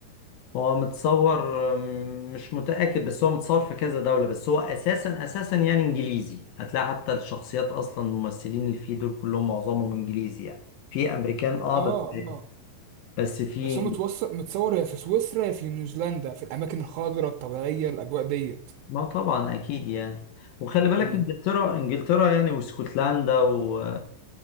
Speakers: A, on the left (about 70°); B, on the right (about 85°).
A: هو متصور مم، مش متأكد بس هو متصور في كذا دولة بس هو أساسا أساسا يعني إنجليزي هتلاقي حتى الشخصيات أصلا الممثلين اللي فيه دول كلهم معظمهم إنجليزي يعني في أمريكان اه
B: اه
A: بس
B: اه
A: بس في
B: بس هو متوصل متصور يا في سويسرا يا في نيوزيلندا في الاماكن الخضراء الطبيعيه الاجواء ديت
A: ما طبعا اكيد يعني وخلي بالك
B: ال-
A: انجلترا انجلترا يعني واسكتلندا و...